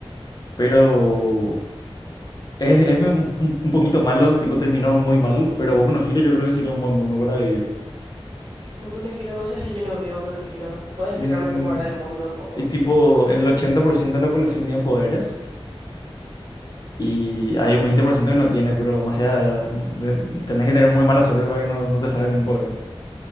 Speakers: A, on the left; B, on the right.
A: pero es, es un, un- un poquito malo, tipo terminó muy mal, pero Boku no Hero yo creo que sería un buen mundo para vivir.
B: Como Konohiro, vos sabés que yo no vivo Konohiro. ¿Puedes
A: Mm,
B: explicarme cómo era el mundo co- o
A: y
B: qué?
A: tipo el 80% de la población tiene poderes. Y hay un 20% que no tiene, pero demasiada, de- tenés que tener muy mala suerte para que no, no te salga ningún poder.